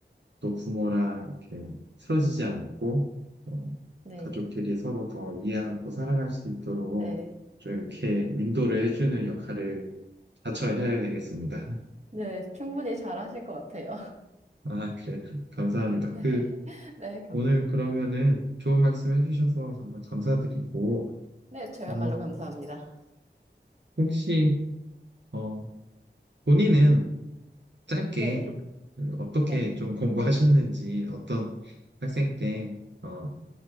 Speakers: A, on the right; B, on the right.
A: 또 부모랑 이렇게 틀어지지 않고 또
B: 네.
A: 가족끼리 서로 더 이해하고 사랑할 수 있도록
B: 네.
A: 좀 이렇게 인도를 해주는 역할을 자처해야 되겠습니다.
B: 네. 충분히 잘하실 것 같아요.
A: <laughs> 아, 그래. 감사합니다.
B: <laughs> 네.
A: 그,
B: 네. 감사.
A: 오늘 그러면은 좋은 말씀 해주셔서 정말 감사드리고,
B: 네. 저야말로
A: 어,
B: 감사합니다.
A: 혹시, 어, 본인은 짧게
B: 네네.
A: 그 어떻게
B: 네.
A: 좀 공부하셨는지, 어떤 학생 때, 어,